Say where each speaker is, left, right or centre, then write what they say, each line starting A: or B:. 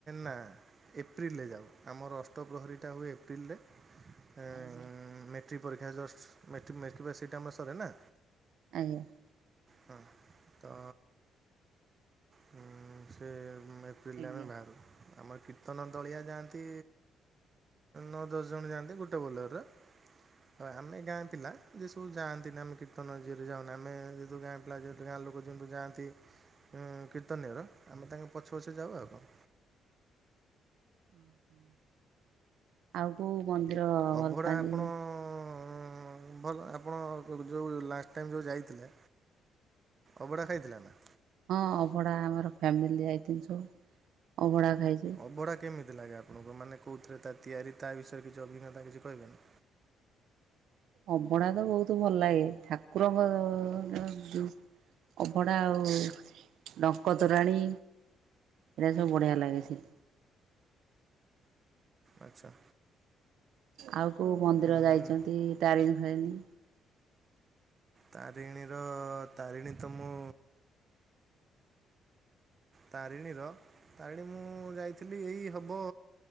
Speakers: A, on the right; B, on the right.
A: ନା ଏପ୍ରିଲେ ଯାଉ ଆମର ଅଷ୍ଟପ୍ରହରୀଟା ହୁଏ ଏପ୍ରିଲରେ ଆ
B: ଆଜ୍ଞା
A: ମେ ଟ୍ରିକ ପରୀକ୍ଷା ଜଷ୍ଟ୍ ମେଟ ମେଟ୍ରିପ ଆମ ସରେ ନା।
B: ଆଜ୍ଞା।
A: ହଁ ତ ହୁଁ ସେ ଏପ୍ରିଲେ
B: ଆଜ୍ଞା।
A: ଆମେ ବାହାରୁ ଆମ କୀର୍ତ୍ତନ ଦଳିଆ ଯାଆନ୍ତି ନଅ ଦଶ ଜଣ ଯାଆନ୍ତି ଗୋଟେ ବୋଲର ଆ ଆମେ ଗାଁ ପିଲା ଯେ ସବୁ ଯାଆନ୍ ତିନ୍ କୀର୍ତନ <unintelligible> ଯେହତୁ ଗାଁ ପିଲା ଯେହତୁ ଗାଁ ଲୋକ ଯେହେତୁ ଯଆନ୍ତି ଉଁ କୀର୍ତ୍ତନିଆର ଆମେ ତାଙ୍କ ପଛେ ପଛେ ଯାଉ ଆଉ କ।
B: ଉହୁଁ। ଆଉ କୋଉ ମନ୍ଦିର ଭଲ
A: ଅଭଡ଼ା
B: ପାଆନ୍ତି?
A: ଆପଣ ଉଁ ଭଲ ଆପଣ ବ ଯଉ ଲାଷ୍ଟ ଟାଇମ୍ ଯଉ ଯାଇଥିଲେ ଅବଡ଼ା ଖାଇଥିଲେ ନା?
B: ହଁ ଅଭଡା ଆମର ଫ୍ୟାମିଲି ଆଇଥନି ସବୁ ଅଭଡା ଖାଇଛି
A: ଅବଢ଼ା କେମିତି ଲାଗେ ଆପଣକୁ ମାନେ କଉଁଥିରେ ତା ତିଆରି ତା ବିଷୟରେ କିଛି ଅଭିଜ୍ଞତା କିଛି କହିବେନି?
B: ଅବଢା ତ ବହୁତ ଭଲ ଲାଗେ ଠାକୁରଙ୍କ ଅ ଜ ଅଭଡ଼ା ଆଉ ଡଙ୍କ ତୋରାଣୀ। ଏଟା ସବ ବଢିଆ ଲାଗେ ସେ
A: ଆଚ୍ଛା।
B: ଆଉ କଉ ମନ୍ଦିର
A: ଉଁ
B: ଯାଇଛନ୍ତି ତାରିଣୀ ଫାରିଣୀ?
A: ତାରିଣୀର ତାରିଣୀ ତ ମୁଁ ତାରିଣୀର ତାରିଣୀ ମୁଁ ଯାଇଥିଲି ଏଇ ହବ।